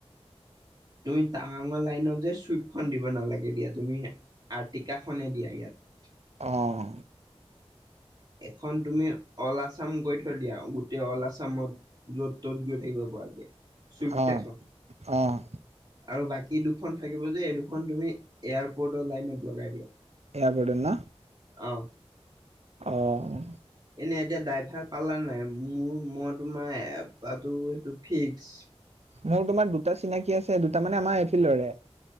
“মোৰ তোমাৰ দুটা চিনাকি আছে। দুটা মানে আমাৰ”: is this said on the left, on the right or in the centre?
Right